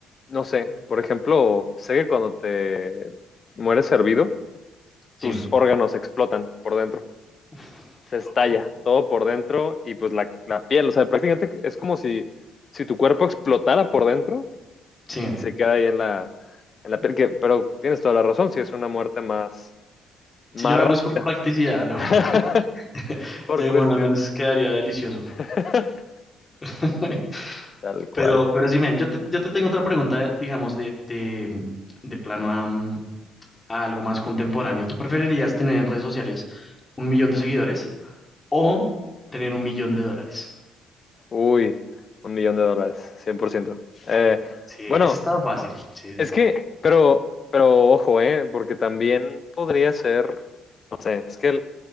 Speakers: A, on the left; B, on the left.
A: no sé, por ejemplo, sé que cuando te mueres hervido,
B: Sí,
A: tus órganos explotan por dentro.
B: uf,
A: se
B: qué
A: estalla
B: loco.
A: todo por dentro y pues la, la piel, o sea, prácticamente es como si, si tu cuerpo explotara por dentro
B: Sí,
A: y se queda ahí en la, en la piel, que- pero tienes toda la razón, si es una muerte más, más
B: si yo lo
A: ra-
B: hago es por practicidad, la verdad.
A: <laughs>
B: <laughs>
A: por
B: Yo digo,
A: cuestiones,
B: bueno, al menos quedaría delicioso.
A: <laughs>
B: <laughs>
A: tal cual.
B: Pero, pero sí, men, yo te, yo te tengo otra pregunta, digamos, de, de, de plano a, mm, a algo más contemporáneo. ¿Tú preferirías tener en redes sociales un millón de seguidores o tener un millón de dólares?
A: Uy, un millón de dólares, 100%. Eh,
B: Sí,
A: bueno,
B: eso estaba fácil. Sí,
A: Es
B: sí, sí.
A: que, pero, pero ojo, ¿eh? Porque también podría ser, no sé, es que, el-